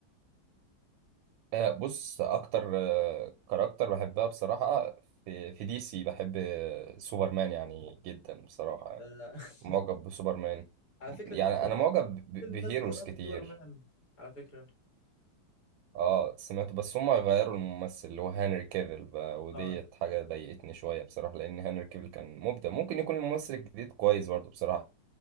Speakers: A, on the right (about 80°); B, on the left (about 50°).
A: آه، بص اكتر آه، كاركتر بحبها بصراحة في في دي سي بحب آه، سوبرمان يعني جدا بصراحة يعني.
B: آه <laughs>
A: معجب بسوبرمان
B: على فكرة
A: يعني
B: في فيلم
A: انا معجب ب-
B: فيلم
A: بهيروز
B: نزل قريب
A: كتير
B: سوبرمان على فكرة
A: اه سمعته بس هما غيروا الممثل اللي هو هنري كافيل بقى وديت
B: اه
A: حاجة ضايقتني شوية بصراحة لأن هنري كافيل كان مبدع ممكن يكون الممثل الجديد كويس برضه بصراحة